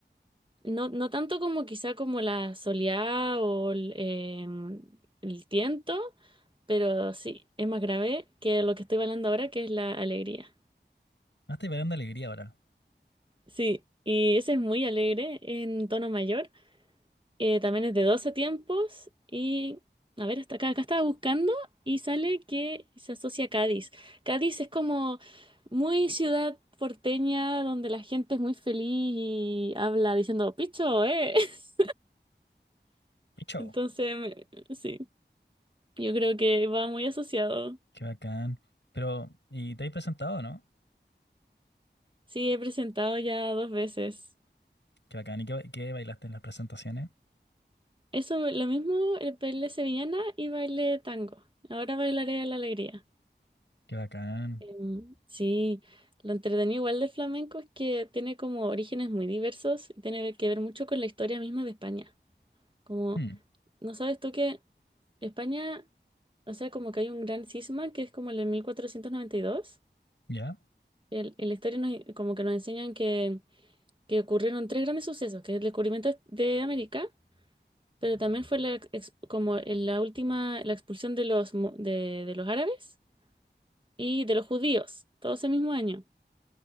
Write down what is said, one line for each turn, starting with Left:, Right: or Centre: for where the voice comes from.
Right: No, no tanto como quizá como la soleá o el, em, el tiento, pero sí, es más grave que lo que estoy hablando ahora, que es la alegría.
Left: Ah, estoy bailando alegría ahora.
Right: Sí, y ese es muy alegre en tono mayor. Eh, también es de 12 tiempos y, a ver, hasta acá, acá estaba buscando y sale que se asocia a Cádiz. Cádiz es como muy ciudad porteña donde la gente es muy feliz y habla diciendo, picho, eh. <laughs>
Left: ¡Picho!
Right: Entonces, me- sí. Yo creo que va muy asociado.
Left: Qué bacán. Pero, ¿y te has presentado no?
Right: Sí, he presentado ya dos veces.
Left: Qué bacán. ¿Y qué, ba- qué bailaste en las presentaciones?
Right: Eso, lo mismo, el baile sevillana y baile tango. Ahora bailaré a la alegría.
Left: Qué bacán.
Right: Em, sí, lo entretenido igual de flamenco es que tiene como orígenes muy diversos y tiene que ver mucho con la historia misma de España. Como,
Left: Hmm,
Right: ¿no sabes tú que España, o sea, como que hay un gran cisma que es como el de mil cuatrocientos noventa y dos
Left: ¿Ya?
Right: El, en la historia nos- como que nos enseñan que que ocurrieron tres grandes sucesos, que es el descubrimiento de América, pero también fue la, ex- como en la última, la expulsión de los, mu- de, de los árabes y de los judíos, todo ese mismo año,